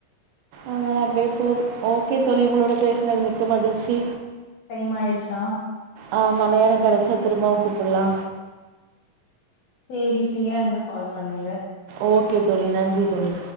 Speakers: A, on the right; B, on the left.
A: ஆ அப்டியே போது ஓகே தோழி உங்களோட பேசுனது மிக்க மகிழ்ச்சி
B: டைம் ஆயிடுச்சா
A: ஆ அம்மா நேரம் கெடச்சா திரும்பவும் கூப்புல்லா
B: சேரி ஃப்ரீயா இருந்தா கால் பண்ணுங்க
A: ஓகே தோழா நன்றி தோழி